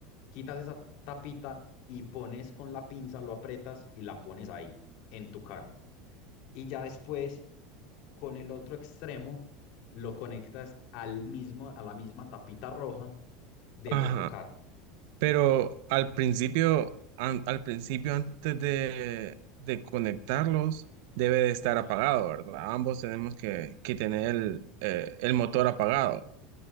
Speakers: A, on the left (about 65°); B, on the right (about 70°).
A: Quitas esa tapita y pones con la pinza, lo aprietas y la pones ahí, en tu carro. Y ya después, con el otro extremo, lo conectas al mismo, a la misma tapita roja del
B: Ajá.
A: otro carro.
B: Pero al principio, an- al principio antes de, de conectarlos, debe de estar apagado, ¿verdad? Ambos tenemos que, que tener el, eh, el motor apagado.